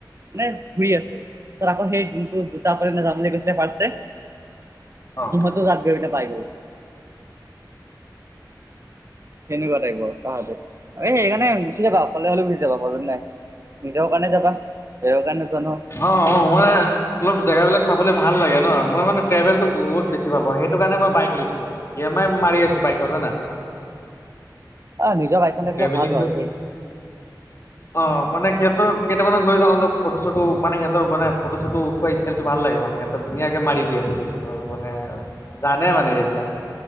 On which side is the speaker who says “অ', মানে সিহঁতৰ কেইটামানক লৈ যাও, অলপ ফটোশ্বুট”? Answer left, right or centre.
Left